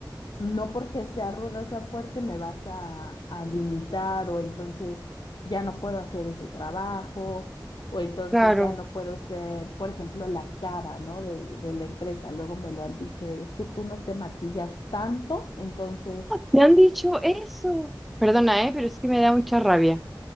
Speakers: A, on the left; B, in the centre.
A: no porque sea ruda o sea fuerte me vas a, a limitar o entonces ya no puedo hacer ese trabajo o entonces
B: claro.
A: ya no puedo ser, por ejemplo, la cara, ¿no? De, de la empresa. Luego me lo han dicho de, es que tú no te maquillas tanto, entonces
B: ¿Te han dicho eso? Perdona, eh, pero es que me da mucha rabia.